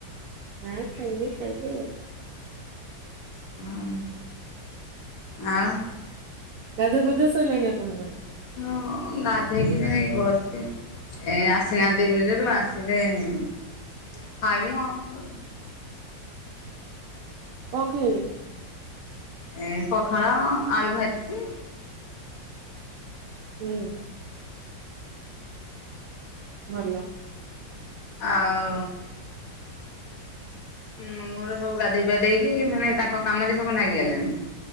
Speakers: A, on the right; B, on the left.
A: ହଁ ଖାଇନି ଖାଇବି ଆଉ।
B: ହଁ ଆଉ।
A: ଗାଧୁଆ ପାଧୁଆ ସଇଲାଣି ଆପଣଙ୍କର?
B: ହଁ ଗାଧେଇ କିନା ଏଇ ବସଚି। ଏ ଆସିନାହାନ୍ତି ବିଲୁରୁ ଆସିଲେ ଉଁ ଖାଇମୁ ଆଉ କଁ କରିମୁ।
A: କଁ ଖାଇବେ?
B: ଏଁ ପଖାଳ ଆଳୁ ଭାଜିଚି।
A: ହୁଁ। ଭଲ।
B: ଆଉ ମୁଁ ମୋର ସବୁ ଗାଧେଇ ପିଧେଇକି ମାନେ ତାଙ୍କ କାମେରେ ସବୁ ଲାଗି ଗଲେଣି।